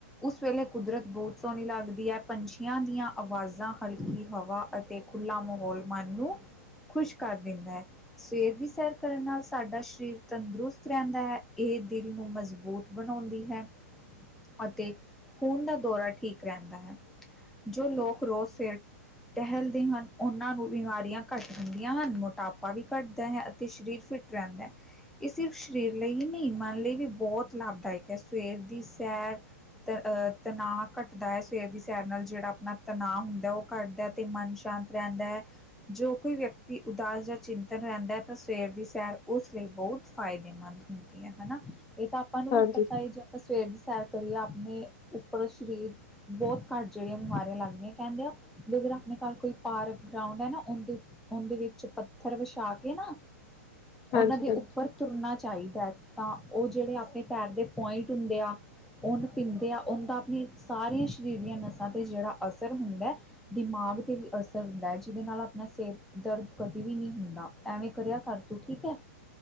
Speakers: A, in the centre; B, on the left.
A: ਉਸ ਵੇਲੇ ਕੁਦਰਤ ਬਹੁਤ ਸੋਹਣੀ ਲੱਗਦੀ ਹੈ, ਪੰਛੀਆਂ ਦੀਆਂ ਆਵਾਜ਼ਾਂ ਹਲਕੀ ਹਵਾ ਅਤੇ, ਖੁੱਲਾ ਮਾਹੌਲ ਮਨ ਨੂੰ ਖੁਸ਼ ਕਰ ਦਿੰਦਾ ਹੈ। ਸਵੇਰ ਦੀ ਸੈਰ ਕਰਨ ਨਾਲ ਸਾਡਾ ਸਰੀਰ ਤੰਦਰੁਸਤ ਰਹਿੰਦਾ ਹੈ, ਇਹ ਦਿਲ ਨੂੰ ਮਜ਼ਬੂਤ ਬਣਾਉਂਦੀ ਹੈ, ਅਤੇ ਖੂਨ ਦਾ ਦੌਰਾ ਠੀਕ ਰਹਿੰਦਾ ਹੈ। ਜੋ ਲੋਕ ਰੋਜ਼ ਫੇਰ ਟਹਿਲਦੇ ਹਨ, ਉਹਨਾਂ ਨੂੰ ਬਿਮਾਰੀਆਂ ਘੱਟ ਦਿੰਦੀਆਂ ਹਨ, ਮੋਟਾਪਾ ਵੀ ਘੱਟਦਾ ਹੈ, ਅਤੇ ਸਰੀਰ ਫਿੱਟ ਰਹਿੰਦਾ ਹੈ। ਇਹ ਸਿਰਫ ਸਰੀਰ ਲਈ ਹੀ ਨਹੀਂ, ਮਨ ਲਈ ਵੀ ਬਹੁਤ ਲਾਭਦਾਇਕ ਹੈ ਸਵੇਰ ਦੀ ਸੈਰ। ਤ ਤਨਾਅ ਘੱਟਦਾ ਹੈ ਸਵੇਰ ਦੀ ਸੈਰ ਨਾਲ ਜਿਹੜਾ ਆਪਣਾ ਤਣਾਅ ਹੁੰਦਾ ਉਹ ਘੱਟਦਾ ਅਤੇ ਮਨ ਸ਼ਾਂਤ ਰਹਿੰਦਾ ਐ। ਜੋ ਕੋਈ ਵਿਅਕਤੀ ਉਦਾਸ ਜਾਂ ਚਿੰਤਨ ਰਹਿੰਦਾ ਤਾਂ ਸਵੇਰ ਦੀ ਸੈਰ ਉਸ ਲਈ ਬਹੁਤ ਫਾਇਦੇਮੰਦ, ਹੁੰਦੀ ਹੈ ਹਨਾ, ਇਹ ਤਾਂ ਆਪਾਂ ਨੂੰ
B: ਹਾਂਜੀ
A: ਵੀ ਪਤਾ ਹੈ। ਸਵੇਰ ਦੀ ਸੈਰ ਕਰੀਏ ਆਪਣੇ ਉੱਪਰ ਸਰੀਰ, ਬਹੁਤ ਘੱਟ ਜਿਹੜੀਆਂ ਬਿਮਾਰੀਆਂ ਲੱਗ ਦਿਈਆਂ, ਕਹਿੰਦੇ ਆ ਵੀ ਅਗਰ ਨਿਕਾਲ ਕੋਈ, ਪਾਰਕ ਗਰਾਉਂਡ ਹੈ ਨਾ ਉਹਦੇ- ਉਹਦੇ ਵਿੱਚ ਪੱਥਰ ਵਿਛਾ ਕੇ ਨਾ,
B: ਹਾਂਜੀ
A: ਉਹਨਾਂ ਦੇ
B: ਹਾਂਜੀ
A: ਉੱਪਰ ਤੁਰਨਾ ਚਾਹੀਦਾ ਹੈ, ਤਾਂ ਉਹ ਜਿਹੜੇ ਆਪਣੇ ਪੈਰ ਦੇ ਪੁਆਇੰਟ ਹੁੰਦੇ ਆ। ਉਨ ਪੀਂਦੇ ਆ ਉਹਦਾ ਆਪਣੀ ਸਾਰੀਆਂ ਸਰੀਰ ਦੀਆਂ ਨਸਾਂ ਤੇ ਜਿਹੜਾ ਅਸਰ ਹੁੰਦਾ ਐ। ਦਿਮਾਗ ਤੇ ਵੀ ਅਸਰ ਹੁੰਦਾ ਹੈ, ਜਿਹਦੇ ਨਾਲ ਆਪਣਾ ਸਿਰ ਦਰਦ ਕਦੇ ਵੀ ਨਹੀਂ ਹੁੰਦਾ ਐਵੇਂ ਕਰਿਆ ਕਰ ਤੂੰ, ਠੀਕ ਹੈ।